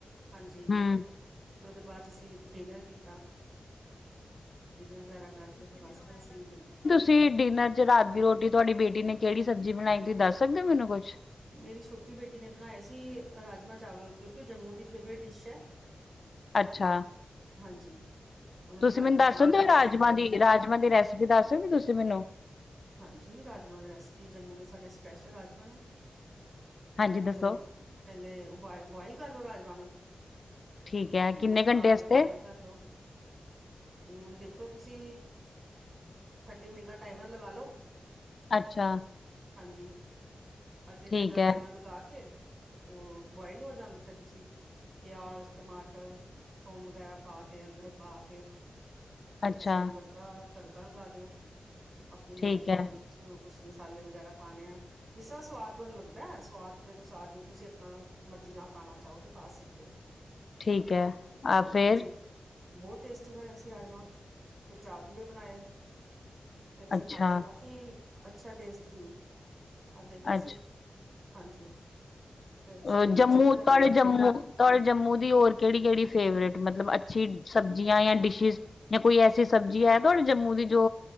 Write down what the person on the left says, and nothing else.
ਹੂੰ,
ਤੁਸੀ ਡਿਨਰ ਚ ਰਾਤ ਦੀ ਰੋਟੀ ਤੁਹਾਡੀ ਬੇਟੀ ਨੇ ਕੇੜੀ ਸਬਜੀ ਬਨਾਈ, ਤੁਸੀ ਦਸ ਸਕਦੇ ੳ ਮੈਨੂੰ ਕੁਛ।
ਅੱਛਾ,
ਤੁਸੀਂ
ਮੈਨੂੰ ਦੱਸ
ਸਕਦੇ
ੳ ਰਾਜਮਾਂ
ਦੀ ਰਾਜਮਾਂ ਦੀ ਰੈਸਪੀ ਦਸ ਦੋਗੇ ਤੁਸੀ ਮੈਨੂੰ।
ਹਾਂਜੀ,
ਦੱਸੋ
ਠੀਕ ਹੈ
ਕਿੰਨੇ
ਘੰਟੇ ਵਾਸਤੇ?
ਅੱਛਾ,
ਠੀਕ
ਹੈ,
ਅੱਛਾ,
ਠੀਕ ਹੈ,
<unintelligible> ਹੈ,
ਆ
ਫਿਰ?
ਅੱਛਾ,
ਅੱਛਾ।
ਅ
ਜੰਮੂ
ਤਾਡੇ
ਜੰਮੂ ਤੁਆਡੇ ਜੰਮੂ ਦੀ ਹੋਰ ਕੇੜੀ-ਕੜੀ ਫੇਵਰੇਟ, ਮਤਲਬ ਅੱਛੀ ਸਬਜੀਆਂ ਜਾਂ ਡਿਸ਼ਿਜ਼ ਯਾ ਕੋਈ ਐਸੀ ਸਬਜੀ ਹੈ ਤੁਆਡੇ ਜੰਮੂ ਦੀ ਜੋ